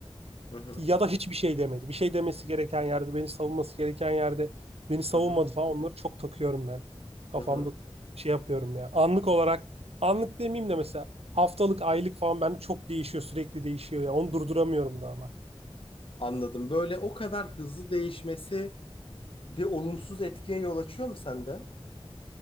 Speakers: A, on the left (about 65°); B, on the right (about 85°).
A: Hı hı,
B: ya da hiçbir şey demedi. Bir şey demesi gereken yerde, beni savunması gereken yerde beni savunmadı
A: hı hı,
B: falan. Onları çok takıyorum ben. Kafamda
A: hı hı.
B: şey yapıyorum ya. Anlık olarak, anlık demeyeyim de mesela haftalık, aylık falan bende çok değişiyor, sürekli değişiyor ya. Onu durduramıyorum da ama.
A: Anladım. Böyle o kadar hızlı değişmesi bir olumsuz etkiye yol açıyor mu sende?